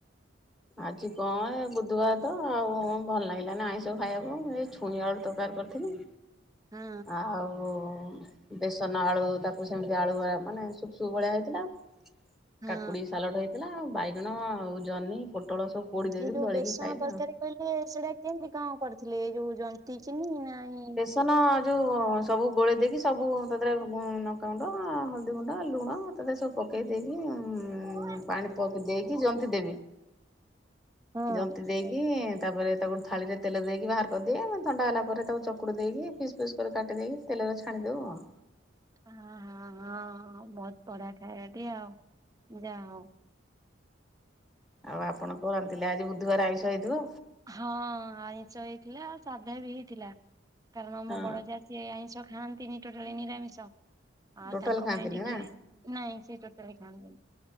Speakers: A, in the centre; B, on the right.
A: ଆଜି କଣ ଏ ବୁଧବାର ତ ଆଉ ଭଲ ଲାଗିଲାନି ଆଇଁଷ ଖାଇବାକୁ ଏ ଛୁଇଁ ଆଳୁ ତରକାରୀ କରିଥିଲି।
B: ହଁ
A: ଆଉ ବେସନ ଆଳୁ ତାକୁ ସେମିତି ଆଳୁ ଭଳିଆ ମାନେ ସୁକ ସୁକ ଭଳିଆ ହେଇଥିଲା
B: ହଁ
A: କାକୁଡି ସାଲଡ଼ ହେଇଥିଲା ଆଉ ବାଇଗଣ ଆଉ ଜହ୍ନି, ପୋଟଳ ସବୁ ପୋଡି ଦେଇଥିଲୁ
B: ଏଇ ଯୋଉ
A: ଦଳିକି
B: ବେସନ
A: ଖାଇଲୁ
B: ତରକାରୀ
A: ଆଉ
B: କହିଲେ ସେଟା କେମତି କଣ କରିଥିଲେ ଏଇ ଯୋଉ ଜନ୍ତକିନି ନା ଏଇ
A: ବେସନ ଯୋଉ ସବୁ ଗୋଳେଇ ଦେଇକି ସବୁ ତା ଦେହରେ ଉଁ ନକାଗୁଣ୍ଡ, ହଳଦୀ ଗୁଣ୍ଡ, ଲୁଣ ତା ଦେହରେ ସବୁ ପକେଇ ଦେଇେଇକି ଉଁ
B: ହଁ।
A: ପାଣି ପକ ଦେଇକି ଜନ୍ତି ଦେବି।
B: ହଁ
A: ଜନ୍ତି ଦେଇକି ତାପରେ ତାକୁ ଥାଳିରେ ତେଲ ଦେଇକି ବାହାର କରିଦିଏ ମାନେ ଥଣ୍ଡା ହେଲା ପରେ ତାକୁ ଚକ୍ କୁଡି ଦେଇକି ପିସ୍ ପିସ୍ କରି କାଟିଦେଇକି ତେଲରେ ଛାଣି ଦେ ଆଉ।
B: ହଁ ହଁ ହଁ ବହୁତ ବଢ଼ିଆ ଖାଇବା ଟିଏ ଆଉ ଯା ହଉ।
A: ଆଉ ଆପଣ କଣ ରାନ୍ଧିଥିଲେ ଆଜି ବୁଧବାର ଆଇଁଷ ହେଇଥିବ?
B: ହଁ ଆଇଁଷ ହେଇଥିଲା ଆଉ ସାଧା ବି ହେଇଥିଲା କାରଣ ଆମ
A: ହଁ
B: ବଡ ଯା ସିଏ ଆଇଁଷ ଖାଆନ୍ତିନି ଟୋଟାଲି ନିରାମିଷ ଆଉ
A: ଟୋଟାଲ
B: ତାଙ୍କ
A: ଖାଆନ୍ତିନି
B: ପାଇଁ ଟିକେ
A: ନା?
B: ନାଇଁ ସେ ଟୋଟାଲି ଖାଆନ୍ତିନି